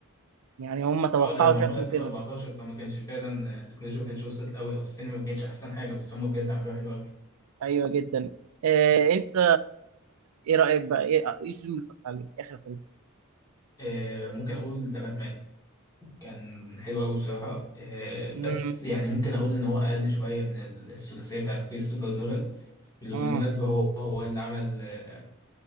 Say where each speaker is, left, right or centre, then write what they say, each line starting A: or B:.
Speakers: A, on the right (about 85°); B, on the left (about 15°).
A: يعني هم توقعوا
B: اه ده معمول
A: شكله
B: 2014
A: كده
B: فما كانش فعلا آه، التكنولوجيا ما كانتش وصلت أوي أو السينما ما كانتش أحسن حاجة بس هم بجد عملوها حلو أوي
A: ايوه جدا آه، انت ايه رايك بقى ايه إيه الفيلم اللي اتفرجت عليه اخر فيلم
B: آه ممكن أقول ذا باتمان كان حلو أوي بصراحة آه
A: مم،
B: بس يعني ممكن أقول إن هو أقل شوية من الثلاثية بتاعت كريستوفر نولان اللي
A: مم،
B: بالمناسبة هو هو اللي عمل آه،